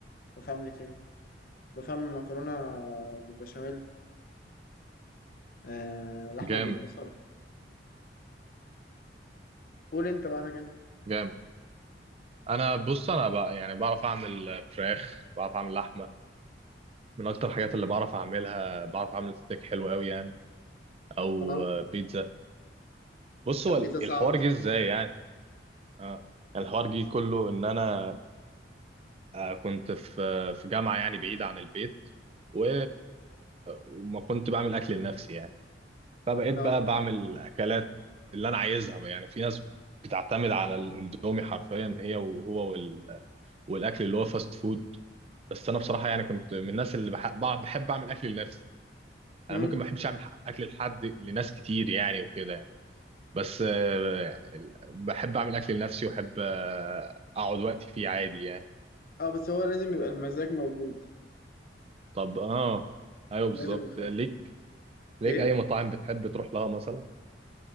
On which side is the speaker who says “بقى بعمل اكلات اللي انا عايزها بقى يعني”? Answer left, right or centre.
Right